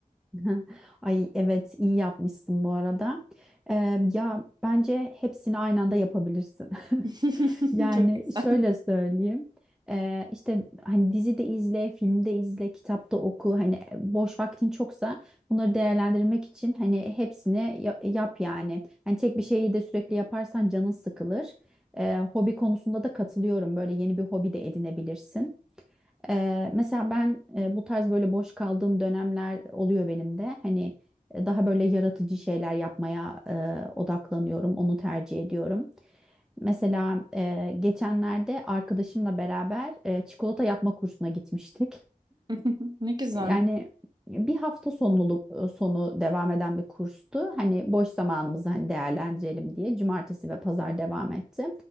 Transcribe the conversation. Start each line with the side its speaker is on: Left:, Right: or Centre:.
Centre: <laughs> Ay evet, iyi yapmışsın bu arada. Ee, ya bence hepsini aynı anda yapabilirsin. <laughs>
Right: <laughs>
Centre: Yani
Right: Çok güzel.
Centre: şöyle söyleyeyim. Ee, işte hani dizide izle, filmde izle, kitapta oku. Hani e, boş vaktin çoksa bunları değerlendirmek için hani hepsini ya- yap yani. Hani tek bir şeyi de sürekli yaparsan canın sıkılır. Ee, hobi konusunda da katılıyorum. Böyle yeni bir hobi de edinebilirsin. Eee, mesela ben e, bu tarz böyle boş kaldığım dönemler oluyor benim de. Hani e, daha böyle yaratıcı şeyler yapmaya e, odaklanıyorum, onu tercih ediyorum. Mesela e, geçenlerde arkadaşımla beraber e, çikolata yapma kursuna gitmiştik.
Right: <laughs> Ne güzel.
Centre: Yani bir hafta sonluluk sonu devam eden bir kurstu. Hani boş zamanımızı hani değerlendirelim diye cumartesi ve pazar devam etti.